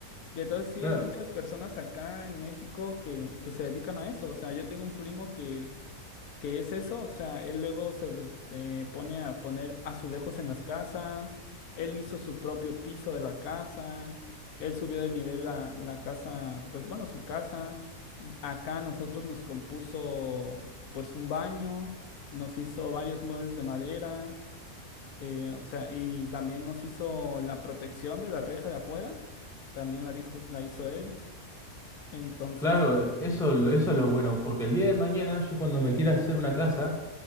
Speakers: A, on the left (about 80°); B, in the centre.
A: Y entonces sí
B: Claro,
A: hay muchas personas acá en México que, que se dedican a eso. O sea, yo tengo un primo que, que es eso. O sea, él luego se, se pone a poner azulejos en las casas. Él hizo su propio piso de la casa. Él subió de nivel la, la casa, pues bueno, su casa. Acá nosotros nos compuso pues un baño. Nos hizo varios muebles de madera. Eh, o sea, y también nos hizo la protección de la reja de afuera, también la dijo, la hizo él. Entonces,
B: claro,
A: este,
B: eh, eso, eso es lo bueno, porque el día de mañana yo cuando me quiera hacer una casa,